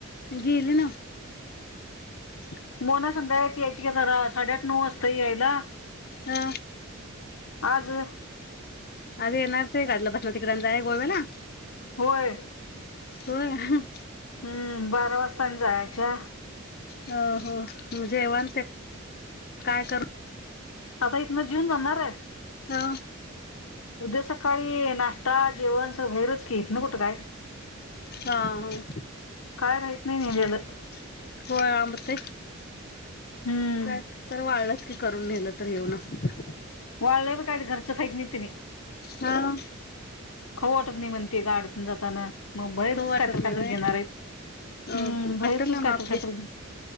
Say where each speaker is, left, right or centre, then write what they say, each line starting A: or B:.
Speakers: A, on the left; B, on the left.
A: गेले ना. <inaudible>
B: मोना संध्याकाळची यायची की घरात साडेआठ नऊ वाजता यायला.
A: अ
B: <inaudible> आज होय?
A: आज येणार ते गाडीला बसनार तिकड अन जायाय गोव्याला.
B: होय.
A: होय ह.
B: हम्म. बारा वाजता आनी जायाच्या.
A: हो हो म जेवण ते <inaudible> काय करू?
B: आता इथनं जीवून जाणार?
A: अ
B: <inaudible> उद्या सकाळी नाश्ता, जेवण स बाहेरच की इथन कुठं काय?
A: हा ह
B: काय राहत नाही नेलेलं
A: <inaudible> होय आम <inaudible>
B: हम्म
A: काय तर वाळच की करून नेलं तर हे हूनार.
B: वाळलेलं काय घरचं खाईत नाहित तेंणी.
A: हा
B: खाऊ वाटत नाही म्हण ते गाडीतन जातान. मग बाहीरच
A: खाऊ वाटत
B: काय तर
A: नाही
B: काय
A: व्हय
B: तर घेणार आहेत.
A: अ
B: हम
A: हो
B: भाहीरच
A: हॉटेलला
B: काय
A: माफी
B: तर काय तर घेऊन